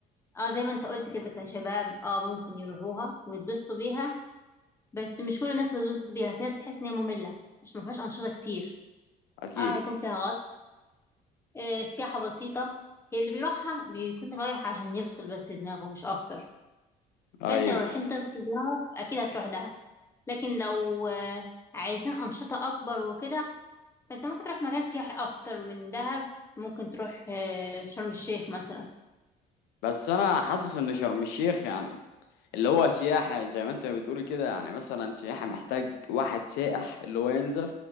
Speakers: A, on the left; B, on the left.
A: اه زي ما انت قلت كده كشباب اه ممكن يروحوها ويتبسطوا بيها بس مش كل الناس بتتبسط بيها فيها بتحس ان هي ممله مش ما فيهاش انشطه كتير
B: أكيد
A: اه هيكون فيها غطس آه، السياحة بسيطة هي اللي بيروحها بيكون رايح عشان يفصل بس دماغه مش أكتر
B: أيوه
A: فأنت لو رايحين تفصل دماغك أكيد هتروح دهب لكن لو آه، عايزين أنشطة أكبر وكده فأنت ممكن تروح مكان سياحي أكتر من دهب ممكن تروح آه، شرم الشيخ مثلا
B: بس أنا حاسس إن شرم الشيخ يعني اللي هو سياحة زي ما انت بتقول كده يعني مثلا سياحة محتاج واحد سائح اللي هو ينزل